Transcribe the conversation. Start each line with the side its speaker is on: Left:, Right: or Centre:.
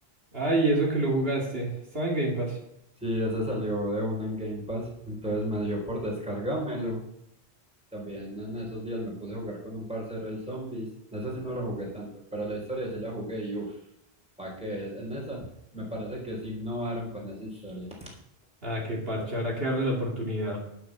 Right: Ay, eso que lo jugaste. Estaba en Game Pass.
Centre: Sí, ese salió de una en Game Pass, entonces me dio por descargármelo También en esos días me puse a jugar con un parcero el Zombies. En esa sí no lo jugué tanto, pero la historia sí la jugué y uff, ¿pa' qué? En esa me parece que sí innovaron con esa historia.
Right: Ah, qué parche. Habrá que darle la oportunidad.